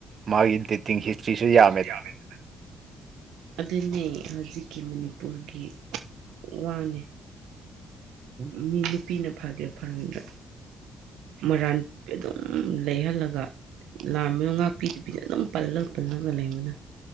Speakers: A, on the right; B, on the right.
A: ꯃꯥꯒꯤ ꯏꯗ ꯏ ꯍꯤꯁꯇꯔꯤꯁꯨ ꯌꯥ
B: ꯌꯥꯕꯦꯗꯅ ꯑꯗꯨꯅꯦ ꯍꯧꯖꯤꯛꯀꯤ ꯃꯅꯤꯄꯨꯔꯒꯤ ꯋꯥꯅꯦ
A: ꯎꯝ
B: ꯃꯤ ꯅꯨꯄꯤꯅ ꯐꯒꯦꯔꯥ ꯐꯔꯅꯤꯗ꯭ꯔ ꯃꯔꯥꯟ ꯑꯗꯨꯝ ꯂꯩꯍꯜꯂꯒ ꯂꯥꯝꯃꯤꯣ ꯉꯥꯛꯄꯤꯗꯨꯕꯤꯗ ꯑꯗꯨꯝ ꯄꯜꯂꯒ ꯄꯜꯂꯒ ꯂꯩꯕꯅ